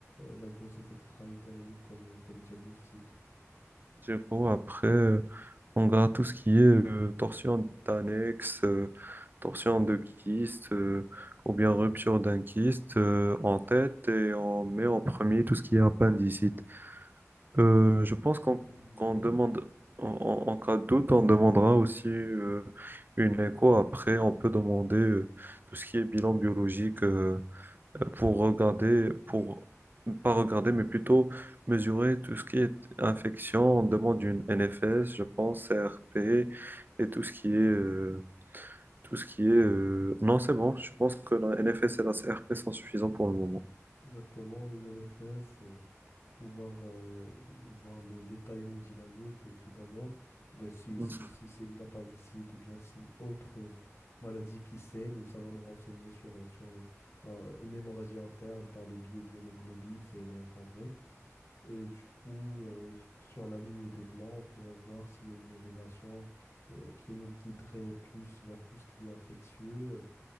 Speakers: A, on the left; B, on the right.
A: la grossesse extra-utérine comme, comme diagnostic.
B: Du coup, après, euh, on garde tout ce qui est euh, torsion d'annexe, euh, torsion de kyste, euh, ou bien rupture d'un kyste euh, en tête et on met en premier tout ce qui est appendicite. Euh, je pense
A: Oui,
B: qu'on qu'on demande, en, en- en cas de doute, on demandera aussi euh, une écho. Après, on peut demander euh, tout ce qui est bilan biologique euh, euh, pour regarder, pour pas regarder, mais plutôt mesurer tout ce qui est infection. On demande une NFS, je pense, CRP et tout ce qui est euh, tout ce qui est. euh, Non, c'est bon. Je pense que la NFS et la CRP sont suffisants pour le moment.
A: Exactement, une NFS euh, pour pouvoir euh, voir le- l'état hémodynamique euh, tout d'abord. Ben, si
B: Mm.
A: si, si c'est une appendicite ou bien si autre euh, maladie qui saigne, ça va nous renseigner sur, euh, sur euh, un- une hémorragie interne par le biais de l'hémoglobine, c'est elle est effondrée. Et du coup, euh, sur la lignée des blancs, on pourrait voir s'il y a une élévation euh, qui nous guiderait plus vers tout ce qui est infectieux